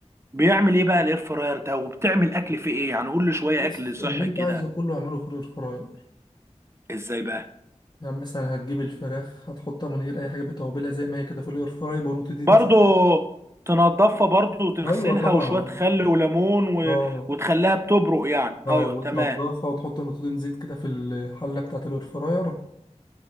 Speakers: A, on the right; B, on the left.
A: بيعمل ايه بقى الاير فراير ده وبتعمل اكل فيه ايه يعني قول لي شويه
B: بص
A: اكل صحي
B: اللي انت
A: كده
B: عايزه كله اعمله في الفراير
A: ازاي بقى
B: يعني مثلا هتجيب الفراخ هتحطها من غير اي حاجه بتوابلها زي ما هي كده في الاير فراي بنقطتين
A: برضو
B: زيت
A: تنضفها برضو وتغسلها
B: ايوه طبعا
A: وشوية خل وليمون و...
B: اه
A: وتخليها بتبرق يعني
B: اه
A: ايوه
B: وتنضفها
A: تمام
B: وتحط نقطتين زيت كده في الحله بتاعه الاير فراير